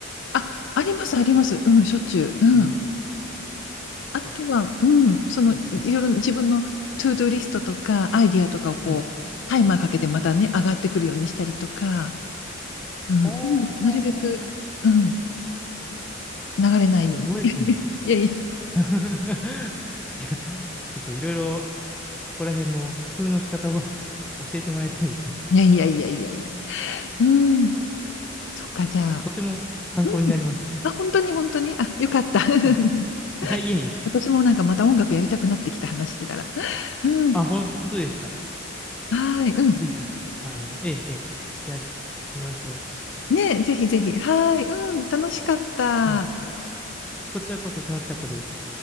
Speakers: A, on the left; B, in the centre.
A: あ、あります、あります。うん、しょっちゅう。うん。
B: えー、
A: あとは、
B: あ、
A: うん、その、
B: うんうん。
A: いいろいろ自分のトゥードゥリストとか、アイディアとかをこう、
B: はい。
A: タイマーかけてまたね、上がってくるようにしたりとか、うん、
B: はあ、
A: とにかくなるべく、うん、流れないように。
B: すごいですね。
A: <laughs> いやい
B: <laughs> じゃあちょっといろいろ、ここら辺の工夫の仕方を <laughs> 教えてもらいたいですね。
A: や、いやいやいやいやいや。うん、そっか、じゃあ、
B: とても参考になります。
A: うん。あ、本当に本当に、あ、よかった。<laughs>
B: はい。はい、いえいえ。
A: 私もなんかまた音楽やりたくなってきた話してたら。うん。
B: あ、本当ですか。
A: はい、うん。
B: ぜひ、あの、ええ、ええ、やりましょ
A: ねえ、ぜひぜひ。はい、うん、楽しかった。
B: う。はい。こちらこそ楽しかったです。